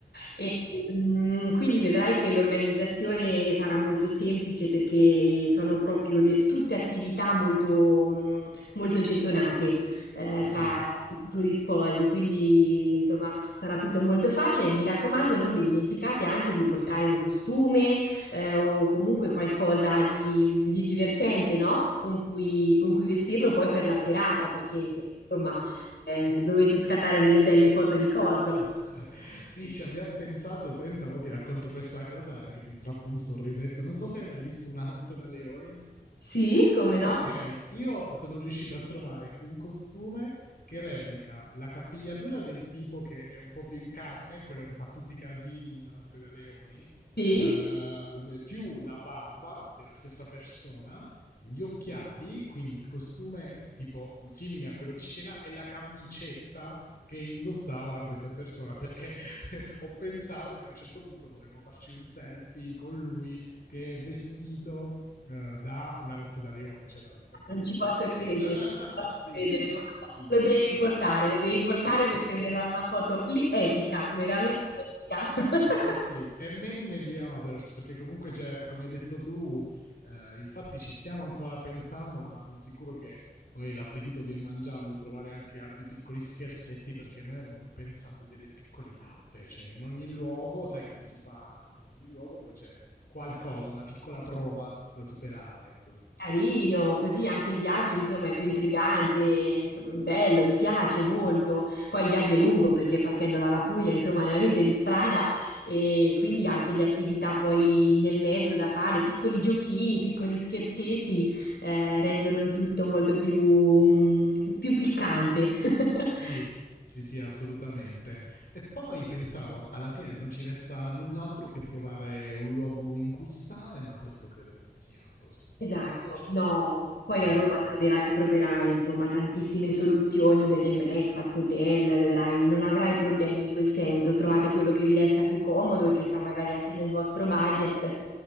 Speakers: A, on the left (about 80°); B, on the left (about 60°).
A: E, mm, quindi vedrai che l'organizzazione sarà molto semplice perché sono proprio de- tutte attività molto, mm, molto gettonate eh,
B: sì, sì.
A: tra i futuri sposi, quindi insomma sarà tutto molto facile. Mi raccomando, non vi dimenticate anche di portare un costume eh, o comunque qualcosa di, di divertente, no? Con cui, con cui vestirlo poi per la serata, perché insomma eh, dovete scattare delle belle foto ricordo.
B: <laughs> sì, ci abbiamo pensato. Pensa, mo ti racconto questa cosa e anche ti strappo un sorrisetto. Non so se hai mai visto Una notte da leoni.
A: Sì, come no?
B: Ok, io sono riuscito a trovare un costume che replica la capigliatura del tipo che è un po' più in carne, quello che fa tutti i casini in una notte da leoni,
A: Sì,
B: eh, più la barba della stessa persona, gli occhiali, quindi il costume tipo simile a quello di scena, e la camicetta che indossava questa persona perché <laughs> ho pensato che a un certo punto vorremmo farci un selfie con lui che è vestito eh, da Una notte da leoni, cioè dal protagonista
A: non ci posso
B: più...
A: credere, non ci
B: <laughs>
A: posso
B: sì,
A: credere, guarda.
B: sì, sì.
A: Lo devi portare, lo devi portare
B: <laughs>
A: perché verrà una foto lì epica, veramente epica. <laughs>
B: Sì, sì, e many, many others, perché comunque, c'è, come hai detto tu, eh, infatti ci stiamo ancora pensando, ma sono sicuro che poi l'appetito viene mangiando, trovare anche altri piccoli scherzetti, perché noi avevamo pensato delle piccole tappe, cioè in ogni luogo, sai come si fa, no? In ogni luogo poi c'è qualcosa, una piccola prova da superare, ecco.
A: Carino, così anche il viaggio, insomma, è più intrigante, insomma, bello, mi piace molto. Poi il viaggio è lungo perché partendo dalla Puglia, insomma, ne avete di strada e quindi anche di attività poi nel mezzo da fare, piccoli giochini, piccoli scherzetti, eh, rendono il tutto molto più, mm, più piccante. <laughs>
B: Sì, sì, sì, assolutamente. E poi pensavo, alla fine non ci resta null'altro che trovare un luogo in cui stare, ma questo credo non sia un grosso problema.
A: Esatto,
B: Cioè...
A: no, poi
B: mm.
A: a Roma troverai, troverai insomma tantissime soluzioni, bed and breakfast, hotel, vedrai, non avrai problemi in quel senso, trovate quello che vi resta più comodo e che sta magari anche nel vostro budget,